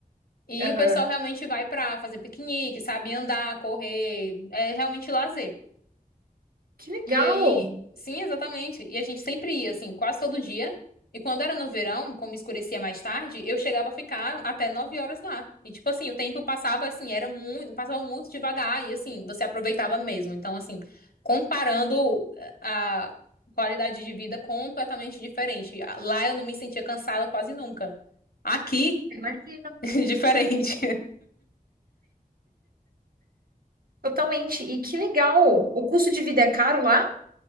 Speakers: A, on the left; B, on the right.
A: e
B: aham.
A: o pessoal realmente vai pra fazer piquenique, sabe, andar, correr, é realmente lazer.
B: Que legal!
A: E aí, sim, exatamente. E a gente sempre ia, assim, quase todo dia. E quando era no verão, como escurecia mais tarde, eu chegava a ficar até 9 horas lá. E tipo assim, o tempo passava assim, era muito, passava muito devagar e assim, você aproveitava mesmo. Então, assim, comparando eh, a qualidade de vida completamente diferente. Lá eu não me sentia cansada quase nunca. Aqui,
B: Imagina.
A: <laughs> diferente.
B: Totalmente. E que legal! O custo de vida é caro lá?